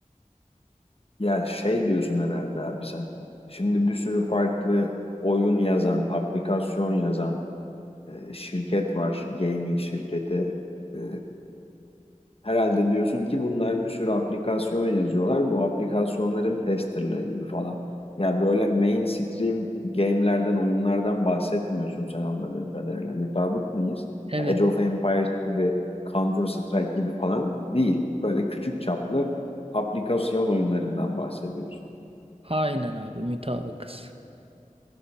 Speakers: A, on the left; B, on the right.
A: Ya şey diyorsun herhalde abi sen. Şimdi bir sürü farklı oyun yazan, aplikasyon yazan e, şirket var. Gaming şirketi. E, herhalde diyorsun ki bunlar bir sürü aplikasyon yazıyorlar. Bu aplikasyonların testerlığı gibi falan. Ya böyle mainstream game'lerden, oyunlardan bahsetmiyorsun sen anladığım kadarıyla. Mutabık mıyız?
B: Evet,
A: Ya Age of Empires gibi, Counter Strike gibi falan değil. Böyle küçük çaplı aplikasyon oyunlarından bahsediyorsun.
B: aynen abi, mutabıkız.